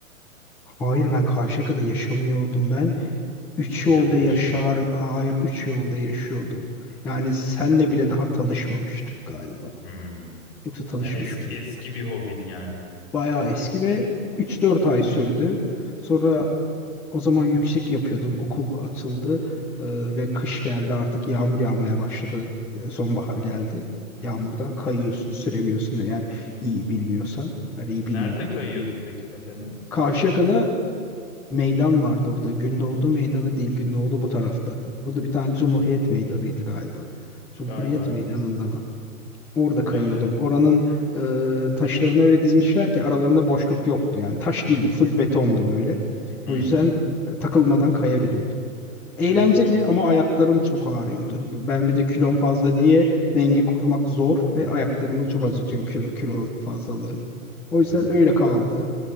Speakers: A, in the centre; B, on the left (about 20°).
A: Hayır ben Karşıyaka'da yaşamıyordum. Ben üç
B: Buca'da
A: yolda
B: yaşıyordun.
A: yaşar... Hayır üç yolda yaşıyordum. Yani senle bile daha tanışmamıştık galiba.
B: Hmm.
A: Yoksa tanışmış
B: Yani eski
A: mıydık?
B: eski bir hobin yani.
A: bayağı eski ve 3-4 ay sürdü. Sonra o zaman yüksek yapıyordum. Okul açıldı e, ve kış geldi artık yağmur yağmaya başladı. E, sonbahar geldi. Yağmurda kayıyorsun, süremiyorsun eğer iyi bilmiyorsan. Ben iyi
B: Nerede
A: bilmiyordum.
B: kayıyordun peki pateni?
A: Karşıyaka'da meydan vardı orada. Gündoğdu meydanı değil, Gündoğdu bu tarafta. Orada bir tane Cumhuriyet Meydanı'ydı galiba. Cumhuriyet
B: Galiba evet.
A: Meydanı'nda mı? Orada kayıyordum.
B: Evet evet.
A: Oranın e, taşlarını öyle dizmişler ki aralarında boşluk yoktu. Yani taş değildi, full betondu böyle.
B: Hmm.
A: O yüzden takılmadan kayabiliyordum. Eğlenceli
B: Evet iyiymiş.
A: ama ayaklarım çok ağrıyordu. Ben bir de kilom fazla diye denge kurmak zor ve ayaklarımı çok acıtıyor kilo, kilo fazlalığı. O yüzden
B: Hmm.
A: öyle kaldı.